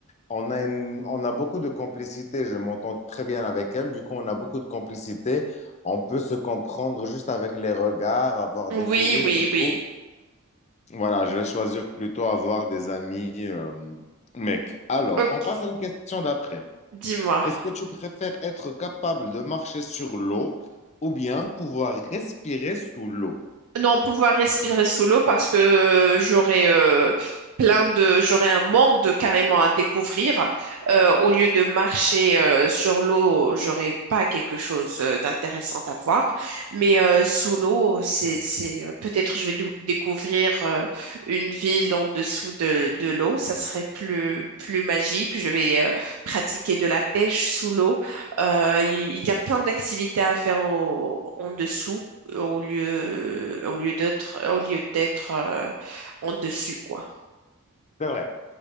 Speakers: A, on the left; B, on the right.
A: on a une- on a beaucoup de complicité. Je m'entends très bien avec elle. Du coup, on a beaucoup de complicité. On peut se comprendre juste avec les regards, avoir
B: Oui,
A: des fous rires.
B: oui,
A: Du coup,
B: oui.
A: voilà, je vais choisir plutôt avoir des amis euh, mecs. Alors,
B: Ok,
A: on passe à la question d'après.
B: dis-moi.
A: Est-ce que tu préfères être capable de marcher sur l'eau ou bien pouvoir respirer sous l'eau?
B: Non, pouvoir respirer sous l'eau parce que j'aurais euh, plein de, j'aurais un monde carrément à découvrir. Euh, au lieu de marcher euh, sur l'eau, j'aurais pas quelque chose euh, d'intéressant à voir. Mais euh, sous l'eau, c'est, c'est euh, peut-être je vais dou- découvrir euh, une ville en dessous de, de l'eau. Ça serait plus plus magique. Je vais euh, pratiquer de la pêche sous l'eau. Euh, Il il y, a plein d'activités à faire au- en dessous au lieu, au lieu d'être, au lieu d'être euh, en dessus, quoi.
A: C'est vrai,